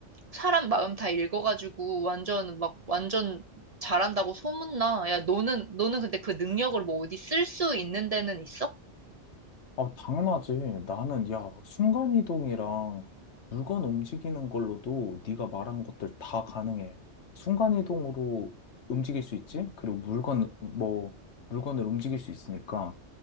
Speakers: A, on the right; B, on the left.
A: 사람 마음 다 읽어가지고 완전 막 완전 잘한다고 소문나. 야, 너는 너는 근데 그 능력을 뭐 어디 쓸 수 있는 데는 있어?
B: 아, 당연하지. 나는, 야, 순간이동이랑 물건 움직이는 걸로도 네가 말한 것들 다 가능해. 순간이동으로 움직일 수 있지? 그리고 물건, 뭐, 물건을 움직일 수 있으니까.